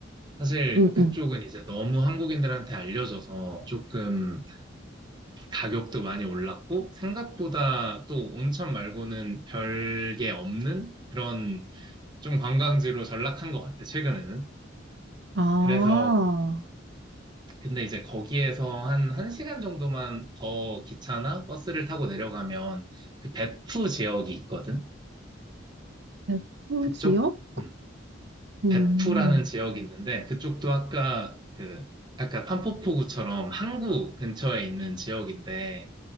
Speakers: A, on the right; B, on the right.
A: 사실
B: 음,
A: 그쪽은
B: 음.
A: 이제 너무 한국인들한테 알려져서 조금 가격도 많이 올랐고 생각보다 또 온천 말고는 별게 없는 그런 좀 관광지로 전락한 것 같아, 최근에는.
B: 아,
A: 그래서 근데 이제 거기에서 한 1시간 정도만 더 기차나 버스를 타고 내려가면 그 배프 지역이 있거든.
B: 백호
A: 그쪽
B: 지역?
A: 음,
B: 음,
A: 배프라는 지역이 있는데 그쪽도 아까 그 아까 판포포구처럼 항구 근처에 있는 지역인데